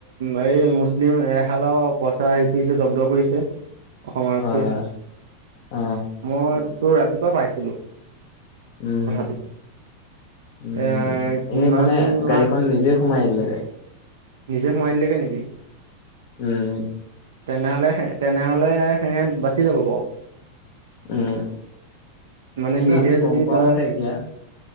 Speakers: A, on the right; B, on the left.
A: এই মুছলিম এহালৰ পইচা হেৰি কৰিছে, জব্দ কৰিছে। অসম আৰক্ষীয়ে।
B: হয় হয়। অ
A: মই তোৰ ৰাতিপুৱা পাইছিলো।
B: উম'।
A: কথাটো
B: উম'।
A: এ কিমান
B: এই মানে গাড়ীখন
A: লাখ
B: নিজে সোমাই দিলেগে।
A: নিজে সোমাই দিলেগে নেকি?
B: উম'।
A: তেনেহ'লে, তেনেহ'লে সিহঁত বাচি যাব বাৰু।
B: উম।
A: মানে
B: সেইটো
A: নিজে
B: আমি গম
A: যদি
B: পোৱা
A: তই,
B: মতে এতিয়া